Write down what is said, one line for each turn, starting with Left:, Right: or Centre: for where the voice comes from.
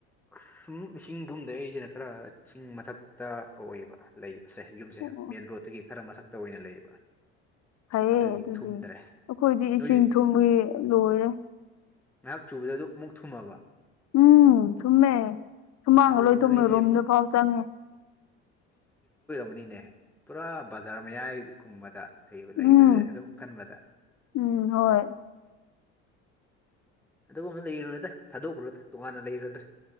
Centre: ꯑꯁ ꯍꯨꯝ ꯏꯁꯤꯡ ꯊꯨꯝꯗꯦ ꯑꯩꯁꯤꯅ ꯈꯔ ꯆꯤꯡ ꯃꯊꯛꯇ ꯑꯣꯏꯕ ꯂꯩꯕ ꯑꯁꯦ ꯌꯨꯝꯁꯦ
Left: ꯑꯣ
Centre: ꯃꯦꯟ ꯔꯣꯗꯇꯒꯤ ꯈꯔ ꯃꯊꯛꯇ ꯑꯣꯏꯅ ꯂꯩꯕ
Left: ꯐꯩꯌꯦ
Centre: ꯑꯗꯨꯒꯤ
Left: ꯑꯗꯨꯗꯤ
Centre: ꯊꯨꯝꯗ꯭ꯔꯦ
Left: ꯑꯩꯈꯣꯏꯗꯤ
Centre: ꯅꯣꯏ
Left: ꯏꯁꯤꯡ ꯊꯨꯝꯕꯒꯤ ꯂꯣꯏꯔꯦ
Centre: ꯉꯥꯏꯍꯥꯛ ꯆꯨꯕꯗ ꯑꯗꯨ ꯃꯨꯛ ꯊꯨꯝꯃꯕ
Left: ꯎꯝ ꯊꯨꯝꯃꯦ ꯁꯨꯃꯥꯡꯒ
Centre: ꯑꯗꯨꯗꯤ
Left: ꯂꯣꯏ ꯊꯨꯝꯃꯦ
Centre: ꯅꯣꯏꯁꯦ
Left: ꯔꯨꯝꯗ ꯐꯥꯎ ꯆꯪꯉꯦ
Centre: ꯃꯅꯤꯅꯦ ꯄꯨꯔꯥ ꯕꯖꯥꯔ ꯃꯌꯥꯏꯒꯨꯝꯕꯗ ꯀꯩꯕ ꯂꯩꯕꯖꯦ
Left: ꯎꯝ
Centre: ꯑꯗꯨꯝ ꯈꯟꯕꯗ
Left: ꯎꯝ ꯍꯣꯏ
Centre: ꯑꯗꯨꯒꯨꯝꯕꯗ ꯂꯩꯔꯨꯅꯨꯗ ꯊꯥꯗꯣꯛꯈꯔꯣꯗ ꯇꯣꯉꯥꯟꯅ ꯂꯩꯔꯣꯗ